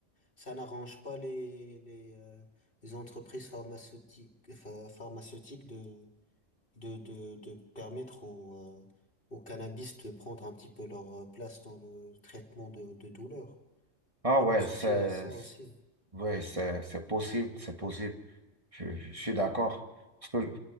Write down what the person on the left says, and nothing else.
Ça n'arrange pas les, les, euh, les entreprises pharmaceutiques, pha- pharmaceutiques de, de, de, de permettre aux, euh, aux cannabis de prendre un petit peu leur euh, place dans le traitement de, de douleur.
Je
pense
aussi à ça
aussi.